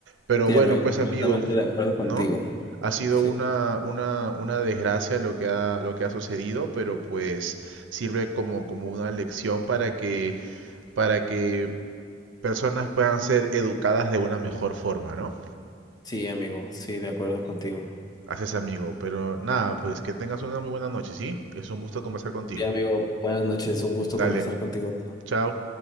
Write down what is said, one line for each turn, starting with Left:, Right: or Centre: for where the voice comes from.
Right: Pero
Left: Sí,
Right: bueno,
Left: amigo,
Right: pues
Left: completamente
Right: amigo,
Left: de acuerdo contigo.
Right: ¿no? Ha sido
Left: Sí,
Right: una, una, una desgracia lo que ha, lo que ha sucedido, pero pues sirve como, como una lección para que, para que personas puedan ser educadas de una mejor forma, ¿no?
Left: sí, amigo, sí, de acuerdo contigo.
Right: Haces amigo, pero nada, pues que tengas una muy buena noche, ¿sí? Es un gusto conversar contigo.
Left: Sí, amigo, buenas noches, un gusto
Right: Dale,
Left: conversar contigo.
Right: chao.